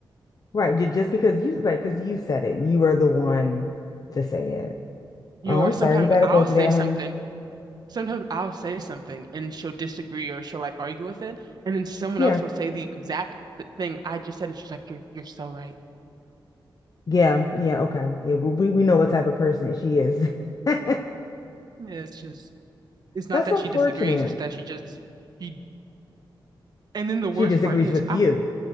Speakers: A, on the left; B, on the right.
A: Right, ju- just because you right, because you said it. You were the one to say it.
B: You
A: Oh,
B: know, or
A: I'm
B: sometimes
A: sorry, you gotta
B: I'll
A: go through
B: say
A: that,
B: something
A: honey.
B: sometimes I'll say something and she'll disagree or she'll like argue with it, and then someone
A: Yeah.
B: else will say the exact th- thing I just said, and she's like, "You're you're so right."
A: Yeah, yeah, okay. Yeah, well, we we know what type of person she is. <laughs> God,
B: Yeah, it's just it's not
A: that's
B: that
A: unfortunate.
B: she disagrees, it's that she just she. And then the worst
A: She disagrees
B: part is,
A: with
B: I
A: you.